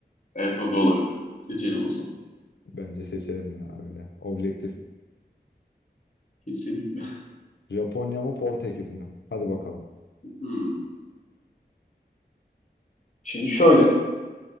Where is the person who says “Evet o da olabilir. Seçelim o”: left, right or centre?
Left